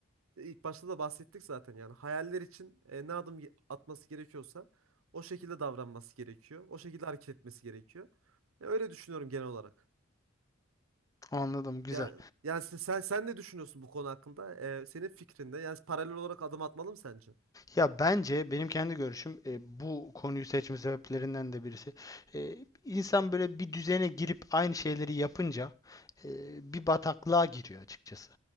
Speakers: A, on the right; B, on the left.
A: İlk başta da bahsettik zaten yani hayaller için e, ne adım ge- atması gerekiyorsa o şekilde davranması gerekiyor. O şekilde hareket etmesi gerekiyor. Ya öyle düşünüyorum genel olarak.
B: Anladım, güzel.
A: Ya, yani sen, sen sen ne düşünüyorsun bu konu hakkında? E, senin fikrinde yani paralel olarak adım atmalı mı sence?
B: Ya bence benim kendi görüşüm e, bu konuyu seçme sebeplerinden de birisi. E, insan böyle bir düzene girip aynı şeyleri yapınca e, bir bataklığa giriyor açıkçası.